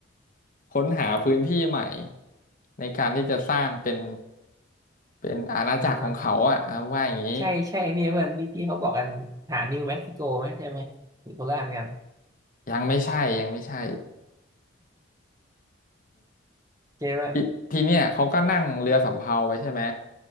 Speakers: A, on the left; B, on the right.
A: ค้นหาพื้นที่ใหม่ในการที่จะสร้างเป็นเป็นอาณาจักรของเขาอ่ะเอาว่าอย่างนี้
B: อ่า ใช่ใช่เนี่ยเพื่อนที่ที่เขาบอกกันหานิวเม็กซิโกไหมใช่ไหมมีโคราชกัน
A: ยังไม่ใช่ยังไม่ใช่
B: เจ๊ว่า
A: ทีทีเนี้ยเขาก็นั่งเรือสำเภาไปใช่ไหม